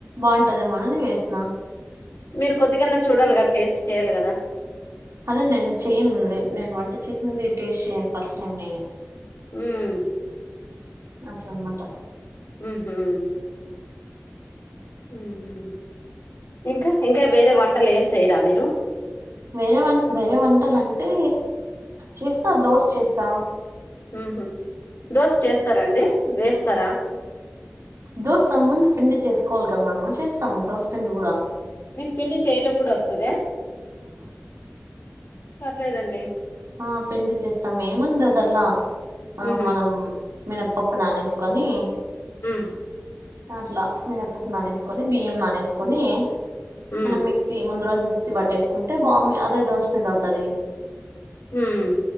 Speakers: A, on the right (about 85°); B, on the left (about 85°).
A: పంటద మనని వేసినా
B: మీరు కొద్ది గన్నా చూడాలి కదా టేస్ట్ చేయ్యాలి కదా
A: అదే నేను చెయ్యను నేను నేను వంట చేసింది టేస్ట్ చేయ్యను ఫస్ట్ టైం నేను
B: హ్మ్
A: అట్ల అన్నమాట
B: ఊహూ హ్మ్ ఇంకా ఇంకా వేరే వంట అసలు ఏం చేయరా మీరు
A: వేరే వన్ వేరే వంటలంటే చేస్తా దోశ చేస్తా
B: హుమ్ దోశ చేస్తారండి వేస్తరా
A: దోస ముందు పిండి చేసుకోవాలి కదా, మనము చేస్తాము దోశపిండి కూడా
B: మీ పిండి చేయటం కూడా వస్తదా పర్లేదండి
A: ఆ పిండి చేస్తాం ఏముంది అదల్లా ఆ
B: ఉహు
A: మనమ్ మినప్పప్పు నానేసుకొని
B: ఉ
A: అట్లా మినపప్పు నానేసుకొని బియ్యం నానేసుకొని
B: ఉమ్
A: మనం మిక్సీ ముందు రోజు మిక్సీ పట్టేసుకుంటే బామ్ అదే దోశపిండి అవుతది.
B: హుమ్